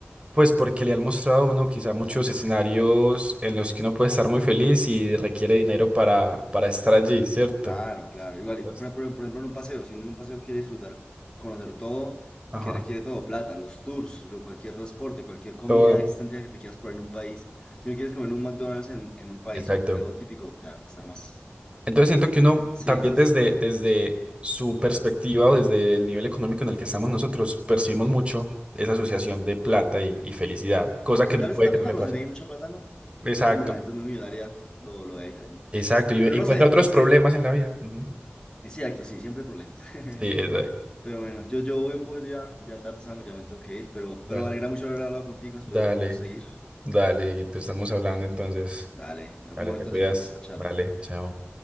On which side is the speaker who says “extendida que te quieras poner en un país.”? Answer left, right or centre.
Left